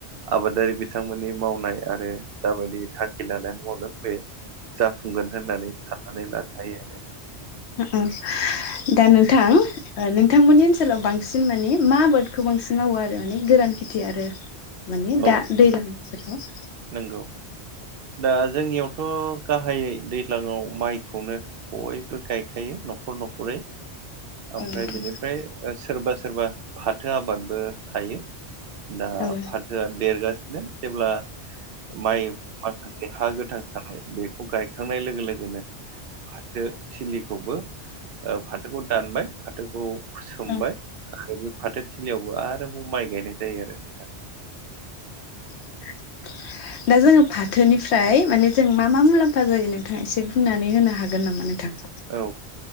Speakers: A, on the right (about 65°); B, on the left (about 75°).
A: आबादारि बिथांमोननि मावनाय आरो जाबायदि थांखि लानानै मावदों बे जाफुंगोन होननानै साननानै लानो हायो आरो
B: उम उम दा नोंथां ओ नोंथांमोननि ओनसोलाव बांसिन माने मा आबादखौ बांसिन मावो आरो माने गोरान खेथि आरो माने
A: औ
B: दा दैलां बोथोराव
A: नंगौ दा जोंनियावथ' गाहायै दैज्लाङाव माइखौनो बयबो गायखायो न'खर न'खरै ओमफ्राय
B: औ नोंथां
A: बेनिफ्राय सोरबा सोरबा फाथो आबादबो थायो। दा
B: औ
A: फाथोआ देरगासिनो जेब्ला माइ माखासे हा गोथां थानाय बेखौ गायखांनाय लोगो लोगोनो फाथो थिलिखौबो फाथोखौ दानबाय फाथोखौ सोमबाय
B: औ
A: आरो बे फाथोथिलियावबो आरोबाव माइ गायनाय जायो आरो नोंथां
B: <inaudible> दा जोङो फाथोनिफ्राय माने जों मा मा मुलाम्फा जायो नोंथाङा एसे बुंनानै होनो हागोन नामा? नोंथांखौ
A: औ